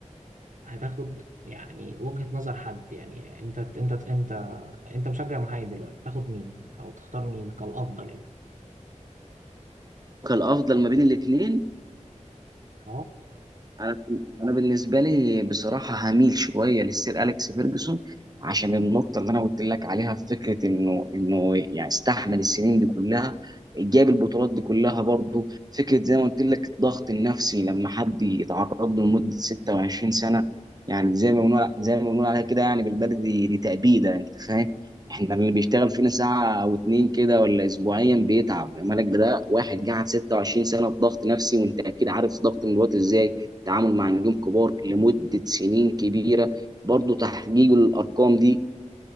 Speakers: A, on the right (about 80°); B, on the right (about 30°).
A: هتاخد يعني وجهة نظر حد يعني انت انت انت انت مشجع محايد دلوقتي تاخد مين او تختار مين كالافضل يعني
B: الافضل ما بين الاثنين
A: اهو
B: انا انا بالنسبه لي بصراحه هميل شويه للسير اليكس فيرجسون عشان النقطه اللي انا قلت لك عليها في فكره انه انه يعني استحمل السنين دي كلها جاب البطولات دي كلها برضه فكره زي ما قلت لك الضغط النفسي لما حد يتعرض له لمده 26 سنه يعني زي ما بنقول زي ما بنقول عليها كده يعني بالبلدي دي تأبيده انت فاهم احنا اللي بيشتغل فينا ساعه او اتنين كده ولا اسبوعيا بيتعب مالك بده واحد قاعد 26 سنه في ضغط نفسي وانت اكيد عارف ضغط الوقت ازاي تعامل مع نجوم كبار لمدة سنين كبيرة برضو تحقيق الأرقام دي